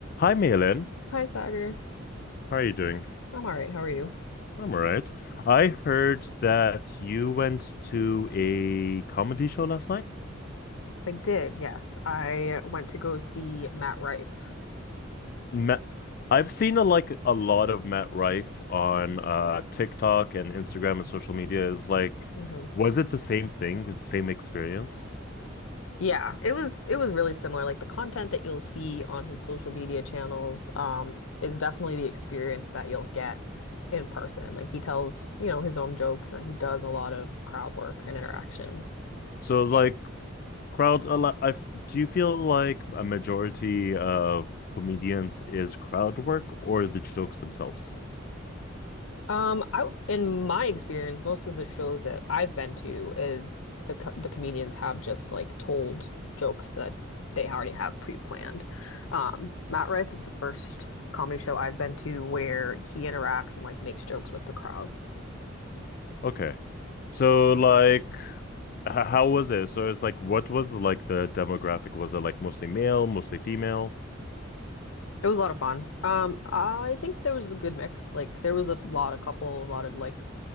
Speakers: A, on the left; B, on the left.
A: Hi, Malin.
B: Hi, Sagar.
A: How are you doing?
B: I'm all right. How are you?
A: I'm all right. I heard that you went to a comedy show last night.
B: I did, yes. I went to go see Matt Rife.
A: Matt, I've seen a, like a lot of Matt Rife on uh, TikTok and Instagram and social media. Is like,
B: hmm
A: was it the same thing with same experience?
B: Yeah, it was it was really similar. Like the content that you'll see on his social media channels, um, is definitely the experience that you'll get in person. Like he tells, you know, his own jokes and he does a lot of crowd work and interactions.
A: So like crowd, a lot, I do you feel like a majority of comedians is crowd work or the jokes themselves?
B: Um, I in my experience, most of the shows that I've been to is the co the comedians have just like told jokes that they already have pre-planned. Um, Matt Rife is the first comedy show I've been to where he interacts and like makes jokes with the crowd.
A: Okay. So like h- how was it? So it's like, what was the, like the demographic? Was it like mostly male, mostly female?
B: It was a lot of fun. Um, I think there was a good mix. Like there was a lot of couple, a lot of like